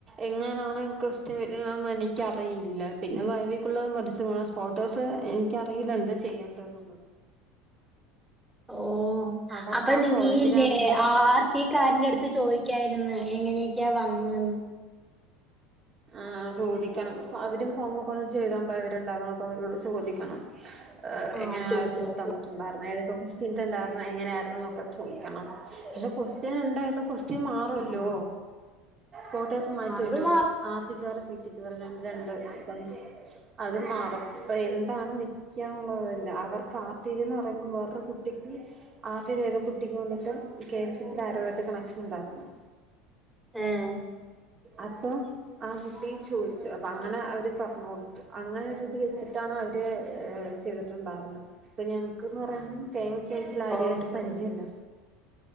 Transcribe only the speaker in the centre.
ഓഹ്
അപ്പൊ
നീ
ഇല്ലേ ആർത്തിക്കാരന്റെ അടുത്ത് ചോയി ക്കായിരുന്നു എങ്ങനെയൊക്കെയാ വന്ന്ന്ന്
ആഹ്
ചോദിച്ചോക്ക്
ആഹ്
അത് മാ
ഏഹ്
ഓഹ്